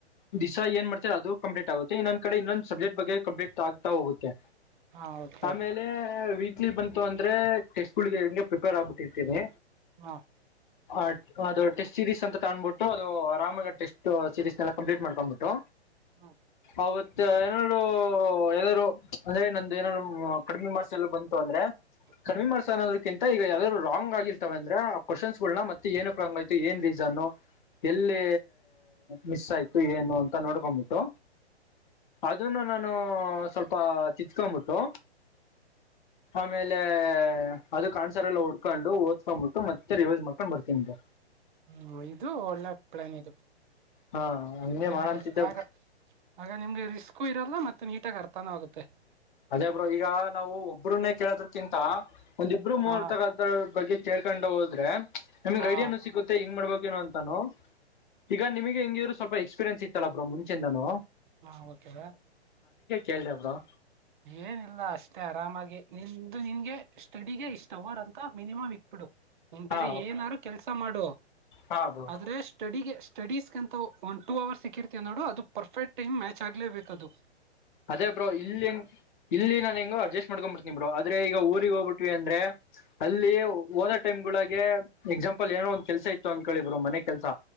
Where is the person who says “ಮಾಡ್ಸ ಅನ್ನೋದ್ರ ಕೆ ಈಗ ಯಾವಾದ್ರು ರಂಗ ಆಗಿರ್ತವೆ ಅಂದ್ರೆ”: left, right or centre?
Left